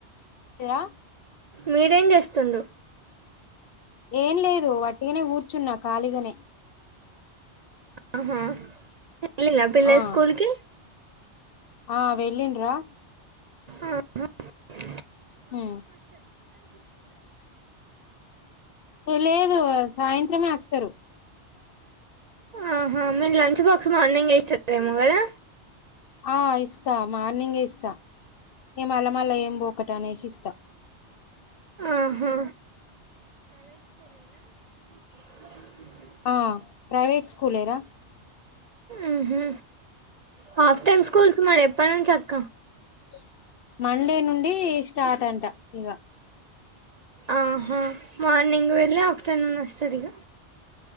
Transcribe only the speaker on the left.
యా
ఏం లేదు వట్టిగానే కూర్చున్నా ఖాళీగనే
ఆ
ఆ వెళ్ళి రా
హు ఎ లేదు సాయ త్రమే వస్తరు
ఆ ఇస్తాం మార్నింగ్ ఏ ఇస్తా ఇగ మల్ల మల్ల ఏంబోకట అనేసి ఇస్తా
ఆ ప్రైవేట్ స్కూల్ ఏనా
జస్ట్ మండే నుండీ స్టా స్టార్ట్ అంటా ఇగ